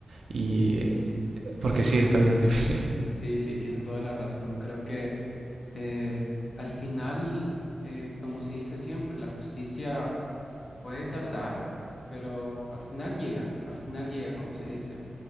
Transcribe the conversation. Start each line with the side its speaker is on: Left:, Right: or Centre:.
Right: Y
Left: Eh, sí,
Right: porque
Left: pienso,
Right: sí, esta vida es difícil.
Left: sí, sí, tienes toda la razón. Creo que... Eh, al final, eh, como se dice siempre, la justicia puede tardar, pero al final llega, al final llega, como se dice.